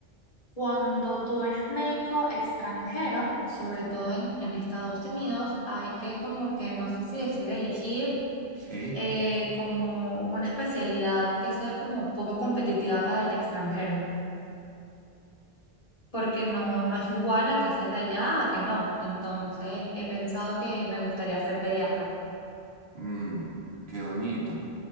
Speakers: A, on the left; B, on the right.
A: cuando tú eres médico extranjero, sobre todo en, en Estados Unidos, hay que como que, no sé si decir, elegir
B: Sí.
A: eh, como una especialidad que sea como un poco competitiva para el extranjero, porque no, no es igual a que seas de allá a que no. Entonces, he pensado que me gustaría ser pediatra.
B: Mm, qué bonito.